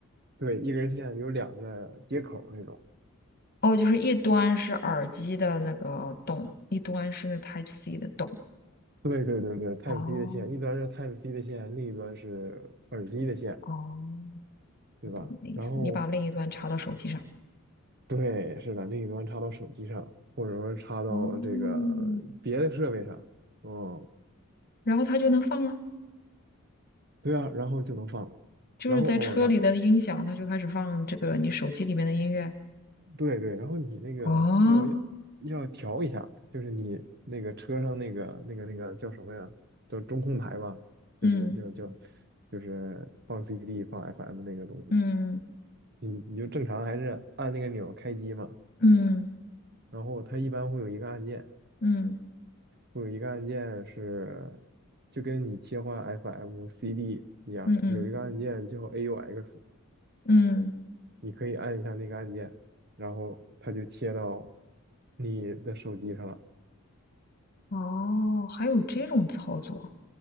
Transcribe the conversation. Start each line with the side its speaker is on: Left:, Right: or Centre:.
Right: 对，一根线有两个接口那种，
Left: 哦，就是一端是耳机的那个洞，一端是那个 Type C 的洞。
Right: 对对对对，Type
Left: 哦
Right: C 的线，一端是 Type C 的线，另一端是耳机的线，
Left: 哦，
Right: 对吧？
Left: 我懂你的意思，
Right: 然后
Left: 你把另一端插到手机上，
Right: 对，是的，另一端插到手机上，或者说插到这个别的设备上，
Left: 哦，
Right: 嗯，
Left: 然后它就能放了，
Right: 对啊，然后就能放了。
Left: 就是在车里的音响，
Right: 然后哦，然，
Left: 它就开始放这个你手机里面的音乐。
Right: 对对，然后你那个要要要调一下，
Left: 哦，
Right: 就是你那个车上那个那个那个叫什么呀？叫中控台吧，
Left: 嗯
Right: 就是叫叫就是放 CD 放 FM 那个东西，
Left: 嗯。
Right: 你你就正常还是按那个钮儿开机嘛，
Left: 嗯
Right: 然后它一般会有一个按键。
Left: 嗯
Right: 有一个按键是就跟你切换 FM、CD 一样，
Left: 嗯嗯
Right: 有一个按键叫 AUX，
Left: 嗯，
Right: 你可以按一下那个按键，然后它就切到你的手机上了。
Left: 哦，还有这种操作，